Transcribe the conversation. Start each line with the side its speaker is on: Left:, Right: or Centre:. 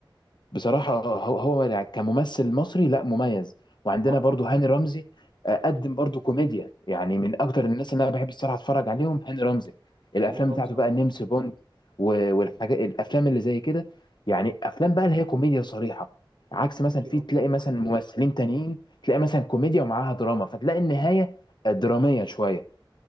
Left: بصراحة هو هو يعني كممثل مصري لا مميز وعندنا
Right: اه
Left: برضو
Right: طبعا
Left: هاني رمزي آه، قدم برضو كوميديا يعني من أكتر الناس اللي أنا بحب الصراحة أتفرج عليهم هاني رمزي الأفلام
Right: هاني رمزي
Left: بتاعته بقى
Right: اصلا
Left: نمس بوند و- والحاجات الأفلام اللي زي كده يعني أفلام بقى اللي هي كوميديا صريحة عكس
Right: كوميديا
Left: مثلا في
Right: اه
Left: تلاقي مثلا ممثلين تانيين تلاقي مثلا كوميديا ومعاها دراما فتلاقي النهاية آه، درامية شوية